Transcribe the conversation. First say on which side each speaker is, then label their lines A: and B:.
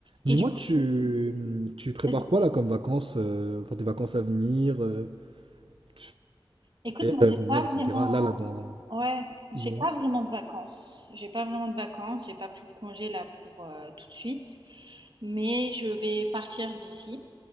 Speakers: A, on the right; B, on the right.
A: Et
B: Dis-moi,
A: du coup,
B: tu,
A: tu...
B: tu prépares
A: Vas-y.
B: quoi là comme vacances, euh, enfin tes vacances à venir, euh, tu
A: Écoute,
B: fais
A: moi,
B: à
A: j'ai
B: venir,
A: pas
B: etc.
A: vraiment...
B: Là, là, dans,
A: Ouais, j'ai
B: dis-moi.
A: pas vraiment de vacances. J'ai pas vraiment de vacances. J'ai pas pris de congé là pour euh, tout de suite. Mais je vais partir d'ici,